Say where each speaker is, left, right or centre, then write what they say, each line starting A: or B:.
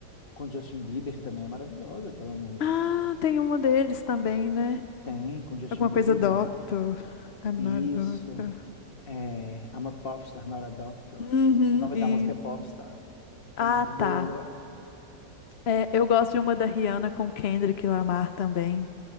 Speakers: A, on the left; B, on the left.
A: com Justin Bieber também é maravilhosa aquela música.
B: Ah, tem uma deles também, né?
A: Tem, com Justin
B: Alguma
A: Bieber.
B: coisa Doctor. I'm
A: Isso.
B: not a doctor.
A: É, I'm a Popstar, Not a Doctor.
B: Uhum,
A: O nome
B: isso.
A: da música é Popstar. É
B: Ah,
A: muito boa.
B: tá. É, eu gosto de uma da Rihanna com o Kendrick Lamar também.